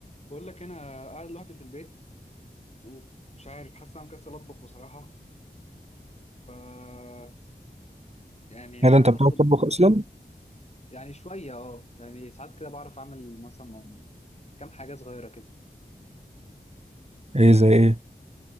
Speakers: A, on the left (about 35°); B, on the right (about 35°).
A: بقول لك انا قاعد لوحدي في البيت ومش عارف حاسس ان انا مكسل اطبخ بصراحه ف يعني مش
B: ايه ده
A: عارف
B: انت بتعرف
A: اطلب
B: تطبخ اصلا
A: يعني شويه اه يعني ساعات كده بعرف اعمل مثلا كام حاجه صغيره كده
B: ايه زي ايه